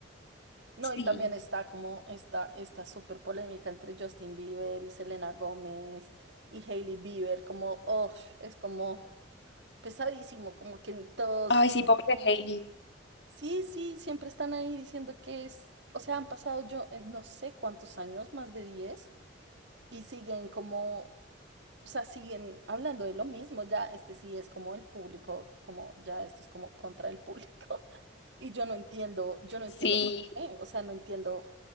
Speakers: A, on the right; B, on the left.
A: No,
B: sí.
A: y también está como esta, esta súper polémica entre Justin Bieber y Selena Gómez y Hailey Bieber, como, oh, es como pesadísimo, como que todos,
B: Ay, sí, pobre de Hailey.
A: sí, sí, siempre están ahí diciendo que es, o sea, han pasado yo eh, no sé cuántos años, más de 10 y siguen como... O sea, siguen hablando de lo mismo, ya este sí es como el público, como ya esto es como contra el público. Y yo no entiendo, yo no
B: Sí,
A: entiendo por qué, o sea, no entiendo